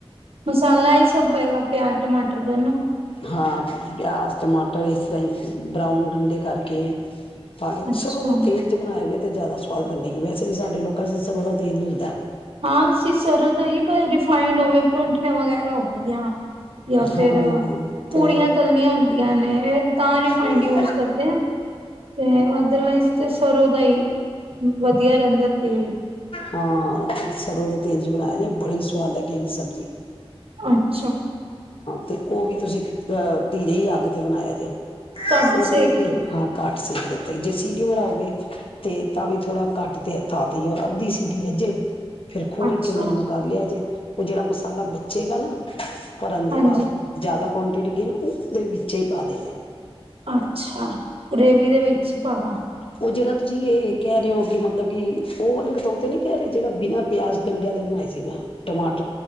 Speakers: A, on the right; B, on the left.
A: ਮਸਾਲਾ ਹੀ ਸਭ ਪਏਗਾ ਪਿਆਜ ਟਮਾਟਰ ਦੋਨੋ
B: ਹਾਂ ਪਿਆਜ਼, ਟਮਾਟਰ ਇਸ ਤਰ੍ਹਾਂ ਬਰਾਊਨ ਗੰਢੇ ਕਰਕੇ ਪਾ ਲਿਆ ਕੇ
A: ਅੱਛਾ
B: ਸਰੋ ਦੇ ਤੇਲ ਚ ਬਣਾਇਆ ਹੋਵੇ ਤੇ ਜ਼ਿਆਦਾ ਸਵਾਦ ਬਣਨੇਗੀ, ਵੈਸੇ ਵੀ ਸਾਡੇ ਲੋਕਾਂ ਚ ਸਰੋਂ ਦਾ ਤੇਲ ਮਿਲਦਾ।
A: ਹਾਂ, ਅਸੀ ਸਰੋਂ ਦਾ ਹੀ ਤੇ ਰਿਫਾਂਈਡ ਤੇ ਔਵੇ ਪਰੋਂਠੀਆਂ ਵਗੈਰਾ ਹੋ ਗਿਆ। ਯਾਂ ਫਿਰ,
B: ਹਾਂ ਤੇ
A: ਪੂੜੀਆਂ ਤਲਣੀਆਂ ਹੁੰਦੀਆਂ ਨੇ ਤਾਂ ਰਿਫਾਈੰਡ
B: ਹੂੰ
A: ਯੂਜ ਕਰਦੇ ਆ ਤੇ ਅਦਰਵਾਈਜ਼ ਤੇ ਸਰੋਂ ਦਾ ਹੀ ਵਧੀਆ ਰਹਿੰਦਾ। ਹਮ।
B: ਹਾਂ, ਸਰੋ ਦੇ ਤੇਲ ਚ ਬਣਾਇਆ ਜੇ, ਬੜੀ ਸੁਆਦ ਲੱਗੇਗੀ ਸਬਜ਼ੀ ਜੀ।
A: ਅੱਛਾ।
B: ਤੇ ਉਹ ਵੀ ਤੁਸੀਂ, ਅਹ, ਧੀਰੇ ਹੀ ਅੱਗ ਤੇ ਬਣਾਇਆ ਜੇ।
A: ਘੱਟ
B: ਉਹ
A: ਸੇਕ
B: ਬੰਦਾ ਕੀ,
A: ਤੇ
B: ਹਾਂ ਘਟ ਸੇਕ ਦੇਕੇ, ਜੇ ਸੀਟੀ ਮਰਾਓਗੇ, ਤੇ ਤਾਂ ਵੀ ਥੋੜਾ ਘੱਟ ਤੇ ਤੇ ਅੱਧੀ ਸੀਟੀ ਵੱਜੇ <inaudible> ਫਿਰ ਖੋਲ
A: ਅੱਛਾ
B: ਕੇ ਉਹਨਾ ਨੂੰ ਕਰ ਲਿਆ ਜੇ ਉਹ ਜਿਹੜਾ ਮਸਾਲਾ ਬਚੇਗਾ ਨਾ ਭਰਨ ਦੇ
A: ਹਾਂਜੀ
B: ਬਾਅਦ, ਜ਼ਿਆਦਾ ਕੁਆਂਟਿਟੀ ਗਈ, ਉਸਦੇ ਵਿੱਚ ਹੀ ਪਾ ਦਯਾ ਦੇ।
A: ਅੱਛਾ, ਗਰੇਵੀ ਦੇ ਵਿੱਚ ਪਾਦਾ।
B: ਉਹ ਜਿਹੜਾ ਤੁਸੀਂ ਇਹ ਕਹਿ ਰਹੇ ਹੋ, ਅੱਗੇ ਮਤਲਬ ਕਿ ਉਹ ਵਾਲੇ ਬਤੌਓ ਤੇ ਨੀ ਕਹਿ ਰਹੇ, ਜਿਹੜਾ ਬਿਨਾਂ ਪਿਆਜ- ਗੰਡਿਆਂ ਦੇ ਬਣਾਏ ਸੀ। ਮੈਂ ਟਮਾਟਰ